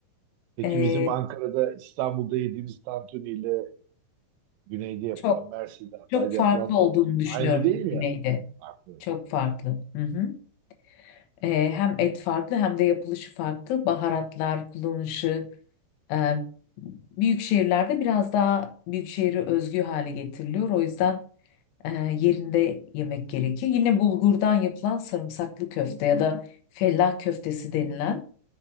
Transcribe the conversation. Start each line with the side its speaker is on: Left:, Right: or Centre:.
Right: peki
Left: E,
Right: bizim Ankara'da İstanbul'da yediğimiz tantuniyle güneyde yapılan
Left: çok
Right: Mersin'de, Hatay'da
Left: çok farklı
Right: yapılan tantuni
Left: olduğunu düşünüyorum
Right: aynı değil mi
Left: güneyde.
Right: yani? Farklı.
Left: Çok farklı. Hı hı. E, hem et farklı hem de yapılışı farklı. Baharatlar kullanışı e, büyük şehirlerde biraz daha büyük şehri özgü hale getiriliyor. O yüzden e, yerinde yemek gerekiyor. Yine bulgurdan yapılan sarımsaklı köfte ya da fellah köftesi denilen